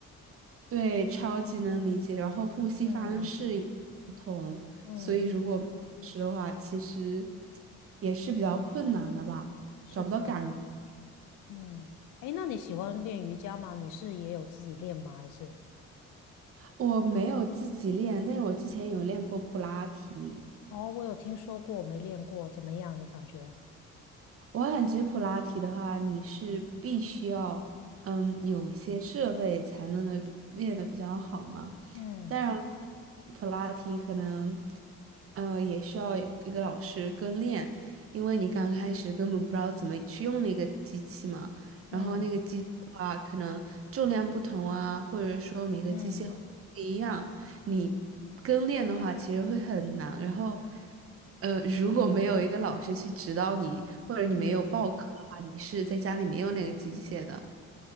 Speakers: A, on the right; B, on the left.
A: 对，超级能理解。然后呼吸方式也不同，
B: 嗯嗯，
A: 所以如果是的话，其实也是比较困难的吧，
B: 是的，
A: 找不到感。
B: 嗯，诶，那你喜欢练瑜伽吗？你是也有自己练吗？还是？
A: 我没有自己练，但是我之前有练过普拉提。
B: 哦，我有听说过，没练过，怎么样？你感觉？
A: 我感觉普拉提的话，你是必须要，嗯，有一些设备才能得练得比较好嘛。
B: 嗯
A: 当然，普拉提可能，呃，也需要一个老师跟练，因为你刚开始根本不知道怎么去用那个机器嘛。然后那个机器的话，
B: 嗯
A: 可能重量不同啊，或者说每个机械不一样，
B: 嗯
A: 你跟练的话，其实会很难。然后，呃，如果没有一个老师去指导你，或者你没有报课的话，
B: 嗯，
A: 你是在家里没有那个机械的。